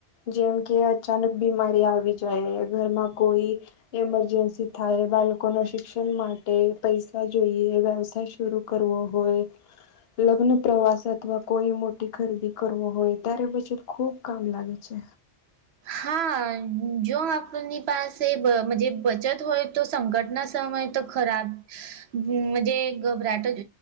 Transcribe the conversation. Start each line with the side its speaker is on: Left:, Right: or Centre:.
Left: જેમ કે અચાનક બીમારી આવી જાય ઘરમા કોઈ એમરજન્સી થાય બાલકોને શિક્ષન માટે પૈસા જોઈએ વ્યાવસાય શુરૂ કરવો હોય. લગ્ન પ્રવાસ અથવા કોઈ મોટી ખરીદી કરવો હોય. ત્યારે બચત ખુબ કામ લાગે છે.
Right: હા જો આપની પાસે બ મ જે બચત હોય તો સંકટના સમય તો ખરાબ મજે ગબરાટ જ